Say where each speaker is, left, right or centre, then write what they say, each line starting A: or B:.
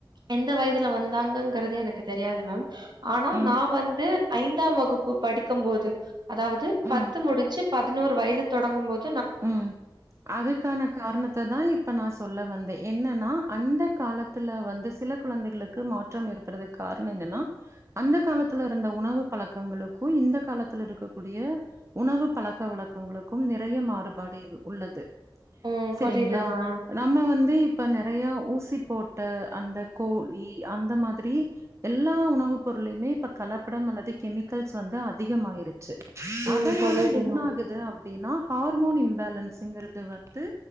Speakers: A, on the right; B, on the right.
A: எந்த வயதுல வந்தாங்கங்கிறது எனக்கு தெரியாது மேம் ஆனா
B: ம்,
A: நா வந்து ஐந்தாம் வகுப்பு படிக்கும் போது அதாவது
B: ம்,
A: பத்து முடிஞ்சு பதினோரு வயது தொடங்கும் போது
B: உம் அதுக்கான காரணத்த தா இப்ப நா சொல்ல வந்தே என்னன்னா அந்த காலத்துல வந்து சில கொழந்தைகளுக்கு மாற்றம் ஏற்படுறதுக்கு காரணோ என்னன்னா அந்த காலத்துல இருந்த உணவு பழக்கங்களுக்கோ இந்த காலத்துல இருக்கக்கூடிய உணவு பழக்க வழக்கங்களுக்கும் நெறைய மாறு பாடியில் உள்ளது
A: ம்
B: சேரிங்களா
A: புரியுது மேம்.
B: நம்ம வந்து இப்ப நெறைய ஊசி போட்ட அந்த கோழி அந்த மாதிரி எல்லா உணவு பொருளுமே இப்ப கலப்படம் அல்லது கெமிக்கல்ஸ் வந்து அதிகமாயிருக் சி
A: ம்
B: அதனால
A: புரியுது
B: என்ன
A: மேம்.
B: ஆகுது அப் டினா ஹார் ஹார்மோன் இம்பேலன்ஸ்ங்கறது வந்து